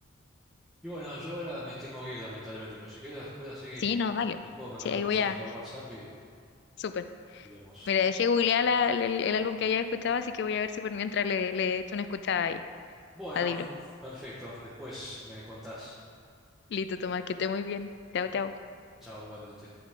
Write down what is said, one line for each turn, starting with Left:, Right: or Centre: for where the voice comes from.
Centre: Y bueno, yo ahora me tengo que ir lamentablemente, pero si querés después la seguimos.
Left: Sí, no, dale.
Centre: Te puedo mandar
Left: Sí, ahí
Centre: un mensaje
Left: voy a...
Centre: por WhatsApp y,
Left: Súper.
Centre: y vemos.
Left: Mira, dejé googlear la- el, el álbum que había escuchado, así que voy a ver si por mientras le, le echo una escuchada ahí.
Centre: Bueno,
Left: A Dilo.
Centre: perfecto. Después me contás.
Left: Listo, Tomás, que esté muy bien. Chao, chao.
Centre: Chao igualmente.